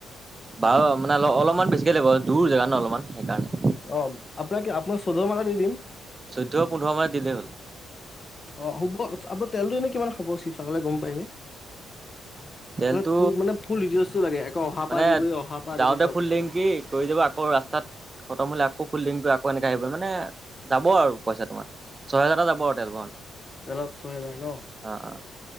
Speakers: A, on the right; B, on the left.
A: বাৰু মানে অ অলপমান বেছিকে লাগিব দূৰ জেগা ন অলপ <unintelligible>
B: অ আপোনাকে আপোনাক চৌধ মানত দি দিম
A: চৈধ্য পোন্ধৰ মানত দিলেই হ'ল
B: অ হ'ব আব তেলটো এনেই কিমান খাব শিৱসাগৰলে গম পায়নে
A: <inaudible> তেলটো
B: মানে তোৰ মানে ফুল ডিটেইলছটো লাগে আকৌ অহা
A: মানে
B: পৰা আদি কৰি অহাৰ পৰা আদি
A: যাওঁতে
B: কৰি চব
A: ফুল টেংকি কৰি যাব আকৌ ৰাস্তাত খতম হলে আকৌ ফুলদিন কৰি আকৌ এনেকে আহিব মানে যাব আৰু পইচা তোমাৰ ছহেজাৰ এটা যাব টেল ভৰাউতে
B: দালত ছয় হেজাৰ ন
A: অ অ